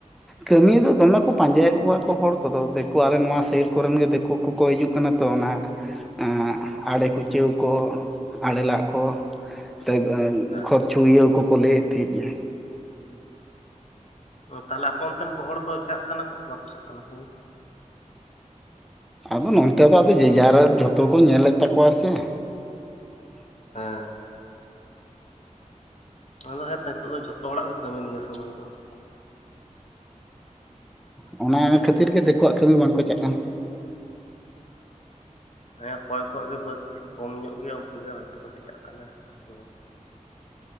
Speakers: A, in the centre; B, on the left.
A: ᱠᱟᱹᱢᱤ ᱫᱚ ᱫᱚᱢᱮ ᱠᱚ ᱯᱟᱸᱡᱟᱭᱮᱫ ᱠᱚᱣᱟ ᱠᱚ ᱦᱚᱲ ᱠᱚᱫᱚ ᱫᱮᱠᱩ ᱟᱞᱮ ᱱᱚᱣᱟ ᱥᱟᱹᱭᱤᱴ ᱠᱚᱨᱮᱱ ᱜᱮ ᱫᱮᱠᱩ ᱠᱚ ᱠᱚ ᱦᱤᱡᱩᱜ ᱠᱟᱱᱟ ᱛᱚ ᱚᱱᱟ ᱾ ᱟᱲᱮ ᱠᱩᱪᱟᱹᱣ ᱠᱚ, ᱟᱲᱮ ᱞᱟᱜ ᱠᱚ, ᱛᱟᱹ ᱟᱹ
B: ᱦᱮᱸ
A: ᱠᱷᱚᱫ ᱪᱷᱩᱲᱤᱭᱟᱹᱣ ᱠᱚᱠᱚ ᱞᱟᱹᱭᱮᱫ ᱛᱟᱦᱮᱸᱫ ᱜᱮᱭᱟ ᱾
B: ᱛᱟᱦᱚᱞᱮ ᱟᱯᱚ ᱚᱱᱛᱮᱱ ᱠᱚ ᱦᱚᱲ ᱫᱚ ᱪᱟᱜ ᱠᱟᱱᱟ ᱠᱚ ᱥᱮ ᱵᱟᱠᱚ ᱪᱟᱜ ᱠᱟᱱᱟ ᱠᱟᱹᱢᱤ?
A: ᱟᱫᱚ ᱱᱚᱱᱛᱮ ᱫᱚ ᱟᱫᱚ ᱡᱮᱡᱟᱨ ᱡᱷᱚᱛᱚ ᱠᱚ ᱧᱮᱞᱮᱫ ᱛᱟᱠᱚᱣᱟ ᱥᱮ ᱾
B: ᱦᱮᱸ ᱟᱫᱚ ᱦᱮᱸᱛ ᱦᱤᱸᱛᱚᱜ ᱫᱚ ᱡᱷᱚᱛᱚ ᱦᱚᱲᱟᱜ ᱜᱮ ᱠᱟᱹᱢᱤ ᱱᱤᱭᱟᱹ ᱥᱚᱢᱚᱭ ᱫᱚ ᱾
A: ᱦᱩᱸ ᱚᱱᱟ ᱠᱷᱟᱹᱛᱤᱨ ᱜᱮ ᱫᱤᱠᱩᱣᱟᱜ ᱠᱟᱹᱢᱤ ᱵᱟᱝᱠᱚ ᱪᱟᱜ ᱠᱟᱱᱟ ᱾
B: ᱦᱮᱸ ᱚᱠᱚᱭ ᱠᱚᱣᱟᱜ ᱜᱮ ᱵᱟᱹᱫ ᱠᱟᱹᱡ ᱠᱚᱢ ᱧᱚᱜ ᱜᱮᱭᱟ ᱩᱱᱠᱩ ᱜᱮ ᱦᱚᱭᱛᱚ ᱠᱚ ᱪᱤᱠᱟᱜ ᱠᱟᱱᱟ ᱟᱫᱚ ᱾